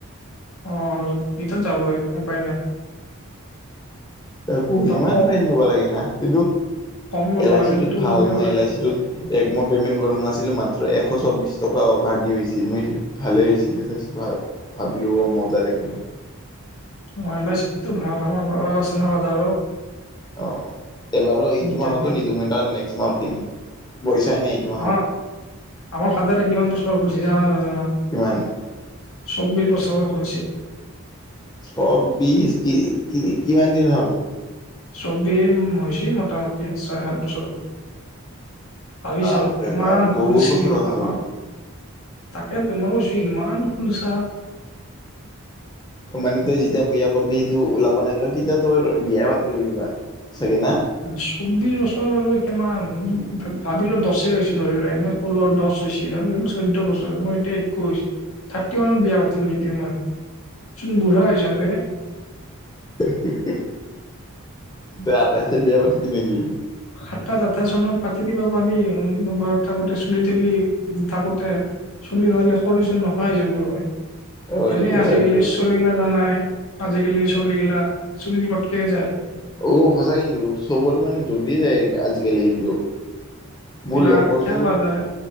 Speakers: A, on the left; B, on the left.
A: অ এইটোত যাবই উপায় নাই।
B: আকৌ
A: তই
B: ইমান
A: কম
B: ফাইন লব লাগে না কিন্তু
A: কম ল'ব
B: এল
A: লাগে
B: আই চিটোত
A: কিন্তু
B: ভাল
A: ধুনীয়া
B: মই
A: লয়
B: এল আই চিটোত। এক মই পেমেণ্ট কৰা নাছিলো মাত্ৰ এশ চৌবিশ টকা অভাৰদিউ হৈছিল মই ভালে। <unintelligible> ভাবিলো অ মজা দেখোন।
A: অ এল আই চিটোত ভাল আমাৰ ঘৰত আছে না ফাদাৰৰ।
B: অ এইবাৰো এইটো
A: যেতিয়া
B: মাহতো নিদিওঁ মই নেক্স মাহত দিম পইচাই নাই। মাহত
A: অ আমাৰ ফাদাৰে কিমান বছৰৰ খুলিছে জানা না নাজানা।
B: কিমান?
A: চৌবিশ বছৰৰ খুলচি।
B: চৌবিশ কি, কি-কিমান দিন হ'ল?
A: ছবিম হৈছে মোটামুটি ছয় সাত বছৰ হ'ল। ভাবিছো
B: বাপৰে
A: কিমান
B: বাপ
A: খুলচি
B: বহুত বছৰ হ'লচোন
A: বা। তাকেতো মই কৈছোঁ ইমান খুলছা।
B: মানে তই যেতিয়া বিয়া পাতিবি সেইটো ওলাব <unintelligible> তেতিয়া তই বিয়া পাতি ল'বি <unintelligible> চাগে না।
A: চৌবিশ বছৰ আৰু কিমান ভাবি লো দহছে হৈছে ধৰি লো এনে ক'লো আৰ দহ হৈছে আৰু চৈধ্য বছৰ মই এতিয়া একৈশ। থাৰ্টি ওৱানত বিয়া পাতিম নেকি মই চোন বুঢ়া হৈ যাম এ।
B: <unintelligible> <unintelligible> আঠাইছে বিয়া পাতিবি নেকি।
A: সাতাইশ আঠাইছ চনত পাতি দিবা পাৰি বয়স থাকোঁতে চুলি থুলি থাকোঁতে। চুলি নহ'লে সৰি চৰি নোহোৱা হৈ যাব।
B: অ
A: এনেই
B: এইটোয়ে
A: আজিকালি
B: হয় বাৰু
A: চলি গিলা জানাই আজিকালি চলি গিলা চুলি পটকে যায়।
B: অ সঁচা কিন্তু চবৰে মানে জল্ডিয়ে যায় আজিকালি কিন্তু।
A: এইগিলা
B: মোৰ লগৰটোৰ
A: কিয় বা যায়